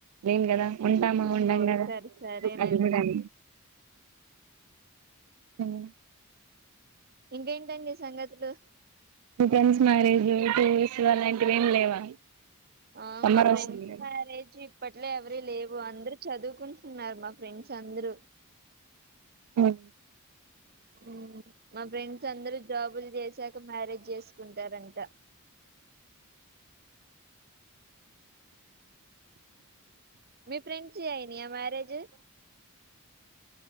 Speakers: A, on the right (about 75°); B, on the right (about 45°).
A: లేం గదా. ఉంటామా
B: ఓహో
A: ఉండాం గదా.
B: సరే సరేనండి
A: అది గూడా అం ఉమ్
B: ఇంకేంటండి సంగతులు!
A: మీ ఫ్రెండ్స్ మ్యారేజ్ లు, టూరీస్ అలాంటివి ఏం లేవా?
B: ఆ
A: సమ్మర్
B: మా ఫ్రెండ్స్
A: వస్తుంది కదా
B: మ్యారేజ్ ఇప్పట్లో ఎవరియ్ లేవు. అందరు చదువ్ కుంటున్నారు మా ఫ్రెండ్స్ అందరూ.
A: అవునా
B: ఉ మా ఫ్రెండ్స్ అందరు జాబులు చేసాక మ్యారేజ్ చేసుకుంటారంట మీ ఫ్రెండ్స్యనియా మ్యారేజ్